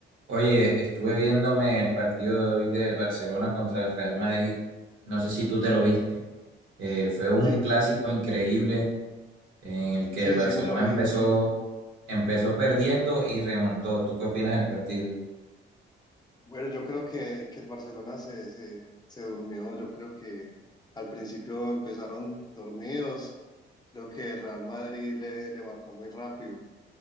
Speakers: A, on the right; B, on the left.
A: Oye, estuve viéndome el partido de hoy del Barcelona contra el Real Madrid. No sé si tú te lo viste. Eh, fue un
B: Sí,
A: clásico increíble en el que
B: sí,
A: el Barcelona
B: sí, me lo vi,
A: empezó,
B: sí.
A: empezó perdiendo y remontó. ¿Tú qué opinas del partido?
B: Bueno, yo creo que, que el Barcelona se, se, se durmió, yo creo que al principio empezaron dormidos, creo que el Real Madrid le, le marcó muy rápido,